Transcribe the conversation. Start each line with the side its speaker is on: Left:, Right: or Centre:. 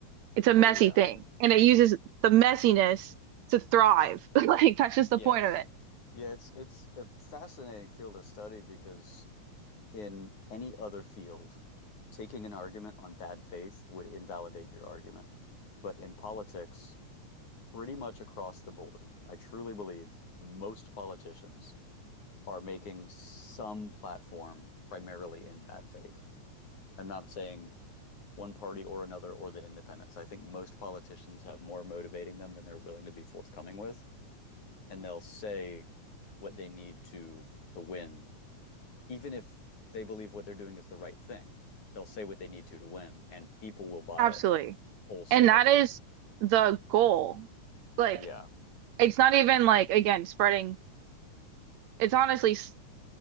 Right: It's a
Left: Oh
Right: messy
Left: yeah.
Right: thing, and it uses the messiness to thrive. <laughs> Like that's just
Left: Yes.
Right: the point of it.
Left: Yeah, it's it's a fascinating field to study because in any other field, taking an argument on bad faith would invalidate your argument. But in politics, pretty much across the board, I truly believe most politicians are making some platform primarily in bad faith. I'm not saying one party or another or the independents. I think most politicians have more motivating them than they're willing to be forthcoming with, and they'll say what they need to to win, even if they believe what they're doing is the right thing. They'll say what they need to to win, and people will buy
Right: Absolutely.
Left: it wholesale.
Right: And that is the goal. Like
Left: Yeah.
Right: it's not even like again spreading. It's honestly s-